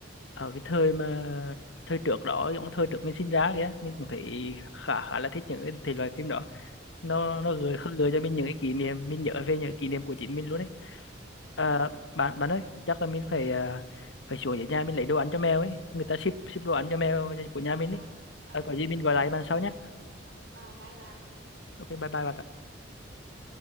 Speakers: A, on the left; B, on the right.
A: ở cái thời mà thời trước đó giống thời trước mình sinh ra kìa mình cũng thấy
B: ừ
A: khá khá là thích những cái thể loại phim đó nó nó gợi khơi gợi cho mình những cái kỷ niệm mình nhớ về những kỷ niệm của chính mình luôn đấy à,
B: ừ
A: bạn bạn ơi chắc là mình phải à, phải xuống dưới nhà mình lấy đồ ăn cho mèo ấy người ta ship ship đồ ăn cho mèo của nhà mình
B: à
A: ấy à,
B: à
A: có gì
B: à
A: mình gọi lại bạn sau nhé
B: à bye bạn
A: ok bye bye bạn
B: ừ